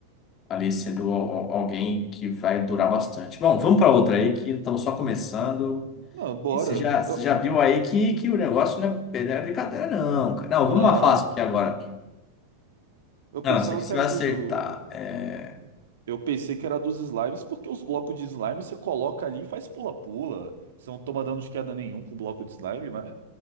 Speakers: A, on the left; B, on the right.
A: ali sendo al- al- alguém que vai durar bastante. Bom, vamos para outra aí que estamos só começando.
B: Não, bora.
A: E você já, você
B: Eu-
A: já viu aí que, que o negócio não é, não é brincadeira, não, cara. Não,
B: Não,
A: vamos uma fácil aqui agora.
B: eu
A: Não,
B: pensava
A: essa aqui você
B: que era
A: vai
B: dos.
A: acertar.
B: o-
A: É...
B: Eu pensei que era dos slimes, porque os blocos de slime você coloca ali e faz pula-pula. Você não toma dano de queda nenhum com bloco de slime, mas